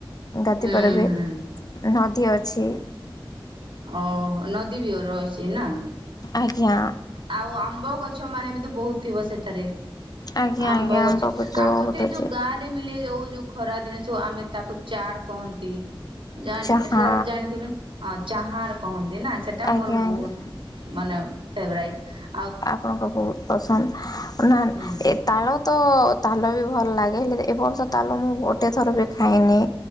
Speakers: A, on the left; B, on the right.
A: ଗାତି
B: ହୁଁ
A: ପ ବି ନ
B: ହୁଁ
A: ଅଛି।
B: ଓ ନଦୀ ବିହ ର ଅହିଛି ନା।
A: ଆଜ୍ଞା।
B: ଆଉ ଆମ୍ବ ଗଛ ମାନେ ବହୁତ ଥିବ ସେଠାରେ
A: ଆଜ୍ଞା
B: ଆମ୍ବ
A: ଆଜ୍ଞା
B: ଗଛ ଆଉ
A: ବହୁତ
B: ଗୋଟେ
A: ଅଛି
B: ଯୋଉ ଗାଁ ରେ ମିଳେଳି ଯାଉଉ। ଯୋଉ ଖରା ଜିନିଷ ଆମେ ତାକୁ ଚାର କହନ୍ତି। ଜାଣି
A: ଚାହା
B: ଜାଣିଥିବେ ହଁ ଚାହାର କହନ୍ତି ନା ସେଟା
A: ଆଜ୍ଞା
B: ମୋର ବହୁତ
A: ଆଜ୍ଞା।
B: ମାନେ ଫେବରାଇଟ୍
A: ଆପଣଙ୍କ ବହୁତ ପସନ୍ଦ। ସ ନା
B: ହୁଁ
A: ଏ ତାଳ ତ ତାଲ ବି ଭଲ ଲାଗେ ହେଲେ ଏ ବର୍ଷ ତାଲ ମୁଁ ଗୋଟେ ଥର ବି ଖାଇନି।